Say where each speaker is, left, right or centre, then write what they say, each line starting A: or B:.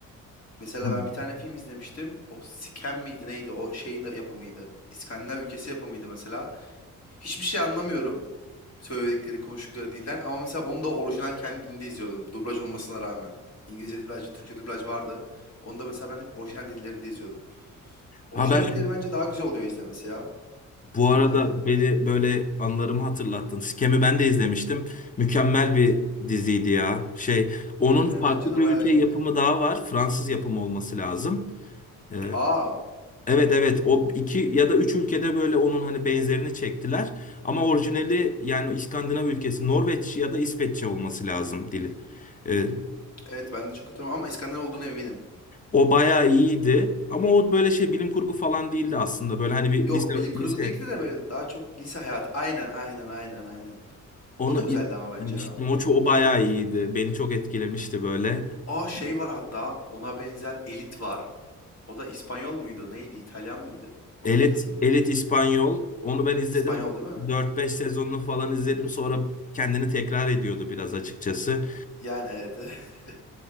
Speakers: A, on the left; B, on the left.
A: Mesela
B: <laughs>
A: ben bir tane film izlemiştim. O Scam miydi neydi? O şeyin de yapımıydı. İskandinav ülkesi yapımıydı mesela. Hiçbir şey anlamıyorum. Söyledikleri, konuştukları dilden ama mesela onu da orijinal kendi dilinde izliyordum dublaj olmasına rağmen. İngilizce dublaj, Türkçe dublaj vardı. Onu da mesela ben hep orijinal dillerinde izliyordum. Orijinal
B: Ha ben
A: dilleri bence daha güzel oluyor izlemesi ya
B: bu
A: filmlerde.
B: arada beni böyle anılarımı hatırlattın. Scam'i ben de izlemiştim. Mükemmel bir diziydi ya. Şey onun
A: Değil
B: farklı
A: mi? Bence de
B: bir
A: bayağı
B: ülke
A: iyiydi.
B: yapımı daha var. Fransız yapımı olması lazım. Ee,
A: Aa,
B: evet evet o iki ya da üç ülkede böyle onun hani benzerini çektiler. Ama orijinali yani İskandinav ülkesi Norveç ya da İsveççe olması lazım dili. Ee,
A: evet ben de çok hatırlamam ama İskandinav olduğuna eminim.
B: O bayağı iyiydi ama o böyle şey bilim kurgu falan değildi aslında. Böyle hani bir
A: Yok,
B: lise
A: bilim kurgu
B: lise
A: değildi de böyle daha çok lise hayatı. Aynen, aynen, aynen, aynen.
B: onu
A: O da güzeldi ama bence
B: demiştim.
A: ya.
B: O, ço- o bayağı iyiydi. Beni çok etkilemişti böyle.
A: Aa şey var hatta ona benzer Elit var. O da İspanyol muydu? Neydi? İtalyan mıydı? Portekiz
B: Elit
A: miydi?
B: Elit İspanyol onu ben izledim.
A: İspanyol değil mi?
B: dört beş sezonunu falan izledim. Sonra kendini tekrar ediyordu biraz açıkçası.
A: Yani evet. <laughs>